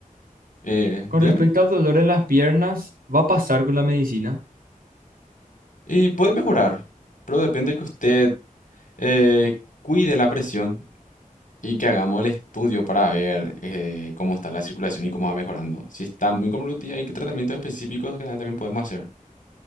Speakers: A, on the left (about 65°); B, on the right (about 85°).
A: eh,
B: con
A: dígame,
B: respecto al dolor en las piernas, ¿va a pasar con la medicina?
A: y puede mejorar, pero depende que usted eh, cuide la presión y que hagamos el estudio para ver eh, cómo está la circulación y cómo va mejorando. Si está muy comprometida, hay que tratamientos específicos que también podemos hacer.